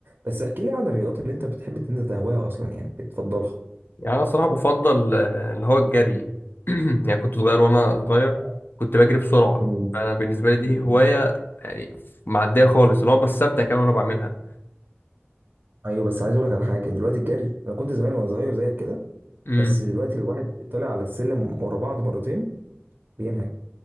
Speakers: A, on the right; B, on the left.
A: بس احكي لي عن الرياضات اللي انت بتحب ان انت تهواها اصلا يعني بتفضلها
B: يعني انا الصراحه بفضل آه، اللي هو الجري <clears throat> يعني كنت صغير وانا
A: آه،
B: صغير كنت بجري بسرعه
A: مم.
B: فانا بالنسبه لي دي
A: جامد.
B: هوايه يعني معديه خالص اللي هو بستمتع كمان وانا بعملها
A: ايوه بس عايز اقول لك على حاجه دلوقتي الجري انا كنت زمان وانا صغير زيك كده
B: امم
A: بس دلوقتي الواحد طلع على السلم ورا بعض مرتين بينهج